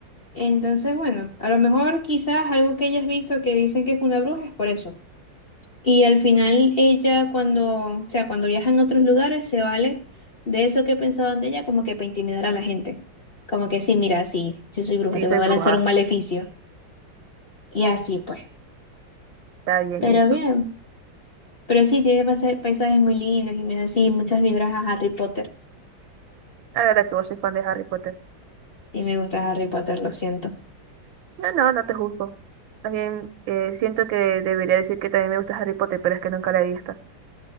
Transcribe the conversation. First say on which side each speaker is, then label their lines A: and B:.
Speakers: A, on the left; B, on the right.
A: Entonces, bueno, a lo mejor quizás algo que hayas visto que dicen que es una bruja es por eso. Y al final ella cuando, o sea, cuando viajan a otros lugares se vale de eso que pensaban de ella como que para intimidar a la gente. Como que sí, mira, sí, sí soy bruja,
B: Sí,
A: te
B: soy
A: voy a
B: bruja.
A: lanzar un maleficio. Y así pues.
B: Está bien
A: Pero
B: eso.
A: bien, pero sí, tiene pasa- paisajes muy lindos y me da así muchas vibras a Harry Potter.
B: La verdad que vos soy fan de Harry Potter.
A: Y me gusta Harry Potter, lo siento.
B: No, no, no te juzgo. También eh, siento que debería decir que también me gusta Harry Potter, pero es que nunca la he visto.